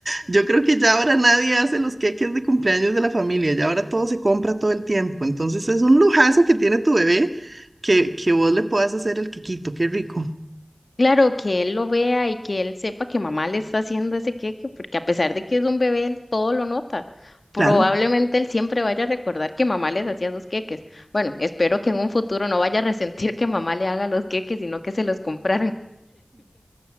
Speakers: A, on the right (about 60°); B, on the left (about 70°).
A: yo creo que ya ahora nadie hace los queques de cumpleaños de la familia, ya ahora todo se compra todo el tiempo. Entonces es un lujazo que tiene tu bebé que, que vos le puedas hacer el quequito, qué rico.
B: Claro, que él lo vea y que él sepa que mamá le está haciendo ese queque, porque a pesar de que es un bebé, él todo lo nota. Probablemente
A: Claro.
B: él siempre vaya a recordar que mamá les hacía sus queques. Bueno, espero que en un futuro no vaya a resentir que mamá le haga los queques, sino que se los compraran.